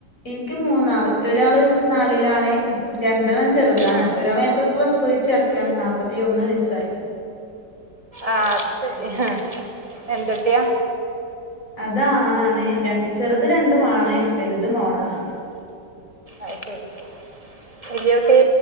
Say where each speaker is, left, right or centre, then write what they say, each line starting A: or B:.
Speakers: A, on the left (about 45°); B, on the right (about 20°).
A: എൻക്ക് മൂന്നാള് ഒരാള് നാലിലാണ് രണ്ടെണ്ണം ചെറുതാണ്
B: ആഹ്
A: ഒരാൾ ഞാൻ പ്ര പ്രസവിച്ചെട്ക്കാണ് നാപ്പത്തിയൊന്നയസായി.
B: ആഹ് അത് ശരി എന്തുട്ട്യാ
A: അതാണാണ് രൺ ചെറുത് രണ്ടു ആണ് വലുത് മോളാണ്.
B: അയ്ശരി വല്യട്ടി